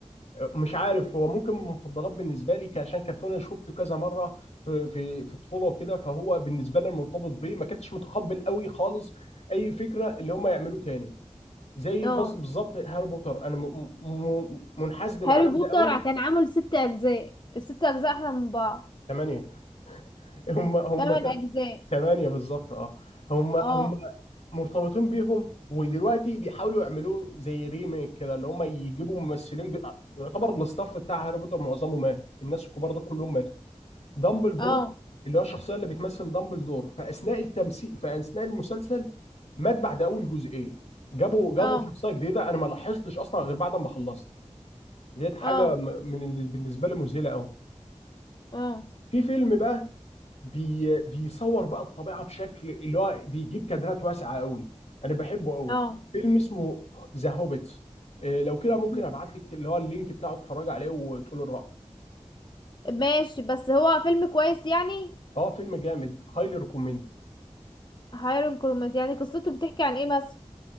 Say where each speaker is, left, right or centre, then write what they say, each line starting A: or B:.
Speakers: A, on the left; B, on the left.
A: مش عارف هو ممكن من المفضلات بالنسبه لي عشان كرتون انا شفته كذا مره في في في الطفوله وكده فهو بالنسبه لي مرتبط بيه ما كنتش متقبل قوي خالص اي فكره اللي هم يعملوه تاني زي
B: اه
A: بز- بالظبط هاري بوتر انا م- م- منحاز للعالم
B: هاري بوتر
A: ده قوي
B: كان عامل ست اجزاء الست اجزاء احلى من بعض
A: ثمانية <laughs> هم هم
B: تمن
A: ت-
B: اجزاء
A: ثمانية بالظبط اه هم هم
B: اه
A: مرتبطين بيهم ودلوقتي بيحاولوا يعملوه زي ريميك كده اللي هم يجيبوا ممثلين بي... يعتبر الاستاف بتاع هاري بوتر معظمه مات الناس الكبار ده كلهم ماتوا دامبلدور
B: اه
A: اللي هو الشخصيه اللي بتمثل دامبلدور في اثناء التمثيل في اثناء المسلسل مات بعد اول جزئين جابوا جابوا
B: اه
A: شخصيه جديده انا ما لاحظتش اصلا غير بعد ما خلصت ديت حاجه
B: اه
A: م- من اللي بالنسبه لي مذهله قوي
B: اه
A: في فيلم بقى بي بيصور بقى الطبيعه بشكل اللي هو بيجيب كادرات واسعه قوي انا بحبه قوي
B: اه
A: فيلم اسمه ذا هوبيتس لو كده ممكن
B: مم.
A: ابعت لك اللي هو اللينك بتاعه تتفرج عليه وتقول الراي
B: ماشي بس هو فيلم كويس يعني
A: اه فيلم جامد هايلي ريكومند
B: هايرون كرومات يعني قصته بتحكي عن ايه مثلا